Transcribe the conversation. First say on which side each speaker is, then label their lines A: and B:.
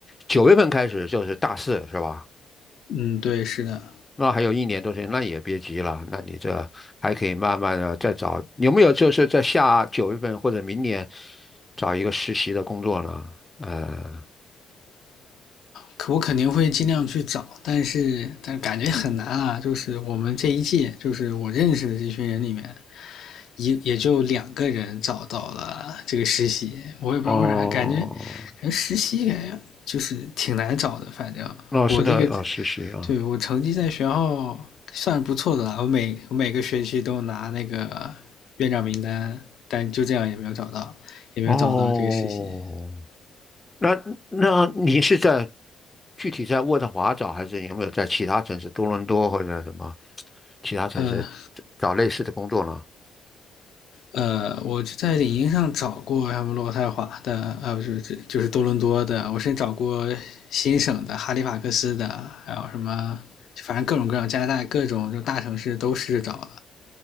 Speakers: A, on the left; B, on the left.
A: 九月份开始就是大四是吧？
B: 嗯，对，是的，
A: 那还有一年多时间，那也别急了，那你这还可以慢慢的再找，有没有就是在下九月份或者明年找一个实习的工作呢？呃，
B: 可我肯定会尽量去找，但是但是感觉很难啊，就是我们这一届，就是我认识的这群人里面，一也就两个人找到了这个实习，我也不知道为啥，
A: 哦，
B: 感觉感觉实习感觉就是挺难找的，反正我这个
A: 哦，是的，啊、实习啊，
B: 对，我成绩在学校算不错的了，我每我每个学期都拿那个院长名单，但就这样也没有找到，也没有找到这个实习。
A: 哦，那那你是在具体在渥太华找，还是有没有在其他城市，多伦多或者什么其他城市
B: 呃
A: 找类似的工作呢？
B: 呃，我就在领英上找过什么渥太华的，还有就是就是多伦多的，我甚至找过新省的哈利法克斯的，还有什么，反正各种各样加拿大各种就大城市都试着找了，